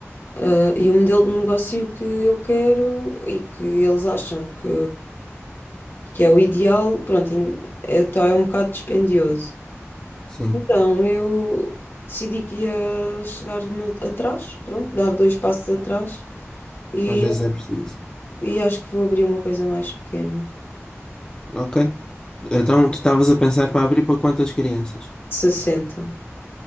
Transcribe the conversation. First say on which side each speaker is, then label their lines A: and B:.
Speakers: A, on the left; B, on the left.
A: Ah, e o modelo de negócio que eu quero e que eles acham que, que é o ideal, pronto, in- é, tá, é um bocado dispendioso.
B: Sim,
A: Então eu decidi que ia chegar-me atrás, pronto, dar dois passos atrás e,
B: às vezes é preciso.
A: e acho que vou abrir uma coisa mais pequena,
B: Ok. Então, tu estavas a pensar para abrir para quantas crianças?
A: sessenta